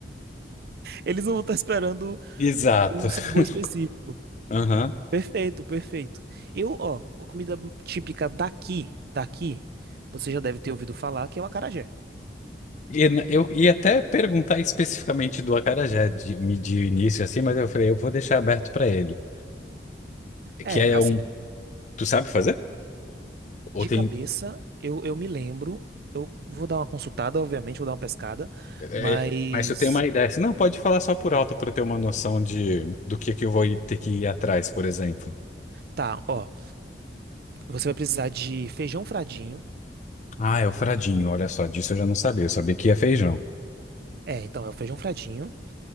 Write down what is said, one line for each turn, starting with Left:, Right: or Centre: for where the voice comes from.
Right: eles não vão estar esperando
Left: exato.
Right: um sabor
Left: <laughs>
Right: específico.
Left: Aham.
Right: Perfeito, perfeito. Eu, ó, a comida típica daqui, daqui, você já deve ter ouvido falar que é o acarajé.
Left: E n- eu ia até perguntar especificamente do acarajé de, me- de início, assim, mas eu falei, eu vou deixar aberto pra ele.
Right: É,
Left: Que é
Right: assim,
Left: um. Tu sabe fazer? Ou
Right: De
Left: tem.
Right: cabeça, eu, eu me lembro. Eu vou dar uma consultada, obviamente, vou dar uma pescada.
Left: é-
Right: Mas.
Left: é, mas eu tenho uma ideia. Assim, não, pode falar só por alto pra eu ter uma noção de do que, que eu vou ir- ter que ir atrás, por exemplo.
Right: Tá, ó. Você vai precisar de feijão fradinho.
Left: Ah, é o fradinho, olha só, disso eu já não sabia, eu sabia que ia feijão.
Right: É, então é o feijão fradinho.